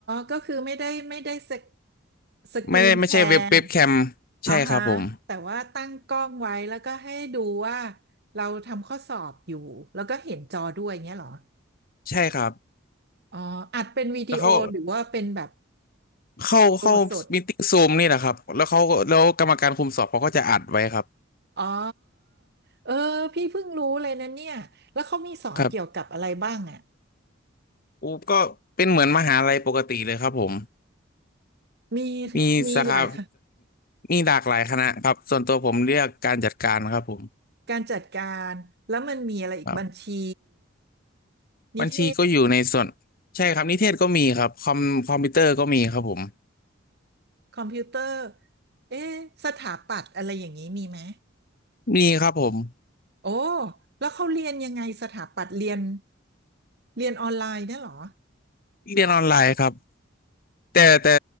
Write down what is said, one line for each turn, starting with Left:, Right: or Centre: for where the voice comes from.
Right: ก็คือไม่ได้ไม่ได้สกสกรีนแชร์
Left: ไม่ได้ไม่ใช่เว็บเว็บแคม
Right: อ่าฮะแต่ว่าตั้งกล้องไว้แล้วก็ให้ดูว่า
Left: ใช่ครับผม
Right: เราทำข้อสอบอยู่แล้วก็เห็นจอด้วยเงี้ยเหรอ
Left: ใช่ครับ
Right: อ๋ออัดเป็นวิดีโอหรือว่าเป็นแบบ
Left: แล้วเขาเข้าเข้ามีติ้งซูมนี่แหละครับแล้วเขาแล้วกรรมการคุมสอบเขาก็จะอัดไว้ครับ
Right: โดสด อ๋อเออพี่เพิ่งรู้เลยนะเนี่ย แล้วเขามีสอนเกี่ยวกับอะไรบ้างอ่ะ
Left: ครับอูก็เป็นเหมือนมหาลัยปกติเลยครับผม
Right: มี
Left: มีสาขา
Right: มีหลายค่ะ
Left: มีหลากหลายคณะครับส่วนตัวผมเลือกการจัดการครับผม
Right: การจัดการแล้วมันมีอะไรอีกบัญชี
Left: ครับ
Right: นิเท
Left: บัญชีก็อยู่ในส่วนใช่ครับนิเทศก็มีครับคอมคอมพิวเตอร์ก็มีครับผม
Right: คอมพิวเตอร์เอ๊ะสถาปัตย์อะไรอย่างนี้มีไหม
Left: มีครับผม
Right: โอ้แล้วเขาเรียนยังไงสถาปัตย์เรียนเรียนออนไลน์เนี่ยเหรอ
Left: เรียนออนไลน์ครับแต่แต่